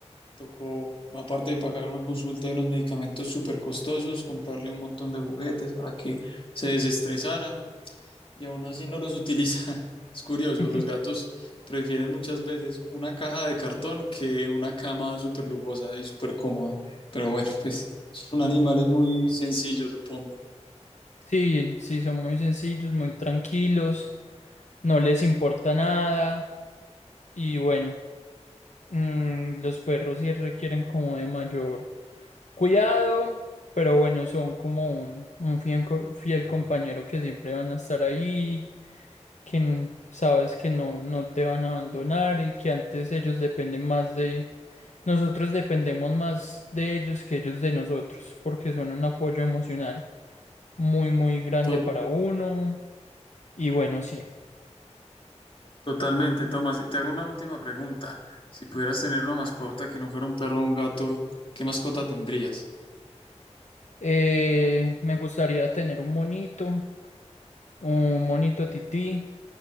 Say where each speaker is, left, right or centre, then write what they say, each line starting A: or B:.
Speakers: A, on the left; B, on the left.
A: Tocó, aparte de pagar una consulta y unos medicamentos súper costosos, comprarle un montón de juguetes para que se desestresara y aún así no los utiliza. <laughs> Es curioso,
B: <laughs>
A: los
B: Ujú.
A: gatos prefieren muchas veces una caja de cartón que una cama súper lujosa y súper cómoda. Pero bueno, pues son animales muy sencillos, supongo.
B: Sí, sí, son muy sencillos, muy tranquilos, no les importa nada y bueno, mm, los perros sí requieren como de mayor cuidado, pero bueno, son como un, un fiel, co- fiel compañero que siempre van a estar ahí, que n- sabes que no, no te van a abandonar y que antes ellos dependen más de... Nosotros dependemos más de ellos que ellos de nosotros, porque son un apoyo emocional muy, muy grande
A: To-
B: para uno. Y bueno, sí.
A: totalmente, Tomás. Y Te hago una última pregunta. Si pudieras tener una mascota que no fuera un perro o un gato, ¿qué mascota tendrías?
B: Eh, me gustaría tener un monito, un monito tití.